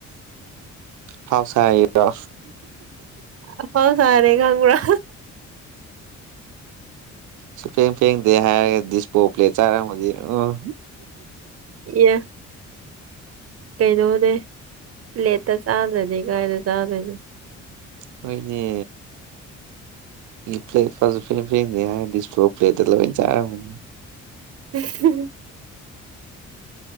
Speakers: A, on the right (about 80°); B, on the right (about 50°).
A: ꯐꯥꯎꯁꯥꯏꯔꯣ
B: ꯑ ꯐꯥꯎ ꯁꯔꯦ ꯀꯥꯡ ꯀꯔ
A: ꯁꯨ ꯐꯦꯡ ꯐꯦꯡꯗꯦ ꯍꯥꯏꯔꯒꯗꯤ ꯏꯁꯄꯣꯞ ꯄ꯭ꯂꯦ ꯆꯥꯔꯝꯃꯗꯤ ꯎꯝ
B: ꯌꯦ ꯀꯩꯅꯣꯅꯦ ꯄ꯭ꯂꯦꯠꯇ ꯆꯥꯗ꯭ꯔꯅꯤ ꯀꯥꯏꯗ ꯆꯥꯗꯣꯏꯅꯣ
A: ꯍꯣꯏꯅꯦ ꯄ꯭ꯂꯦ ꯐꯁꯨ ꯐ ꯐꯦ ꯗꯤꯁꯄ꯭ꯂꯣ ꯄ꯭ꯂꯦꯇꯂ ꯆꯥꯔꯅꯤ
B: <inaudible>